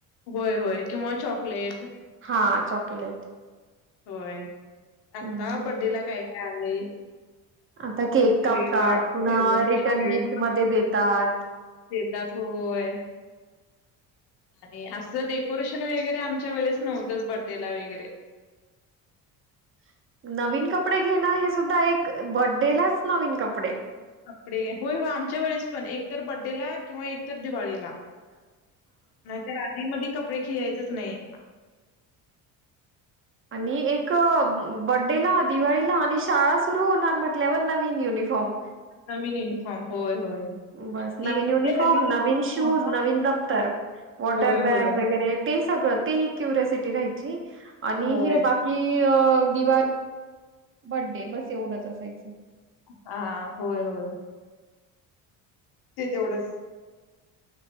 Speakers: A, on the left (about 60°); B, on the right (about 30°).
A: होय होय. किंवा चॉकलेट
B: हा चॉकलेट
A: होय. आता
B: हं.
A: बड्डेला काय काय आलंय.
B: आता केक
A: ते
B: कापतात.
A: वेगवेगळ्या फ्लेवरचे
B: पुन्हा रिटर्न
A: केक
B: गिफ्ट मध्ये देतात.
A: देतात, होय...
B: <unintelligible>
A: आणि आसलं डेकोरेशन वैगरे आमच्या वेळेस नव्हतंच बड्डेला वैगरे.
B: <unintelligible> नवीन कपडे घेणं हे सुद्धा एक, बड्डेलाच नवीन कपडे
A: कपडे, होय हो. आमच्या वेळेस पण. एक तर बड्डेला किंवा एक दिवाळीला, नाहीतर आधी मदी कप कपडे घेयाचेच नाही.
B: आणि एक बड्डेला, दिवाळीला आणि शाळा सुरू होणार म्हटल्यावर नवीन युनिफॉर्म
A: नमीन युनिफॉर्म होय होय
B: बस नवीन
A: ते
B: युनिफॉर्म
A: ते
B: नवीन
A: युनिफॉर्म
B: शूज नवीन दफ्तर वॉटर
A: होय,
B: बॅग
A: होय,
B: वगैरे ते सगळं ते क्युरसिटी राहायची आणि
A: होय.
B: हे बाकी दिवाळी बडडे बस एवढंच असायचं
A: हा होय होय ते तेवढंच